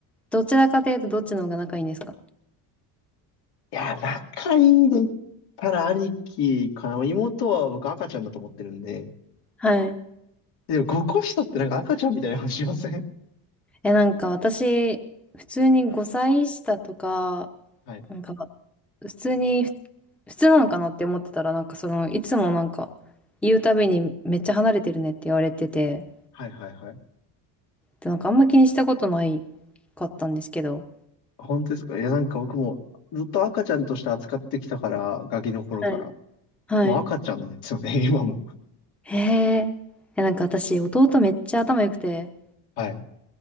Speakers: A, in the centre; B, on the left.
A: どちらかというとどっちの方が仲いいんですか
B: いや、仲いいで言ったら兄貴かな。妹は僕赤ちゃんだと思ってるんで、
A: はい。
B: でも、5個下ってなんか赤ちゃんみたいな話しません
A: え、なんか私、普通に5歳下とか、
B: はい。
A: なんか、普通に、ふ普通なのかなって思ってたら、なんかその、いつもなんか、言うたびにめっちゃ離れてるねって言われてて、
B: はいはいはい。
A: で、なんかあんま気にしたことないかったんですけど、
B: 本当ですかいや、なんか僕もずっと赤ちゃんとして扱ってきたから、ガキの頃から。
A: はい。はい。
B: もう赤ちゃんなんですよね、<laughs> 今も。
A: へえ、え、なんか私、弟めっちゃ頭良くて、
B: はい。